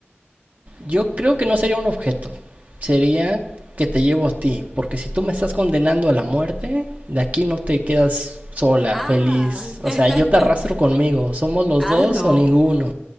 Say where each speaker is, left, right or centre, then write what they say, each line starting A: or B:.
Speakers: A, on the right; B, in the centre.
A: Yo creo que no sería un objeto. Sería que te llevo a ti. Porque si tú me estás condenando a la muerte, de aquí no te quedas sola,
B: Ah,
A: feliz. O
B: <laughs>
A: sea, yo te arrastro conmigo. Somos los
B: ah,
A: dos
B: no.
A: o ninguno.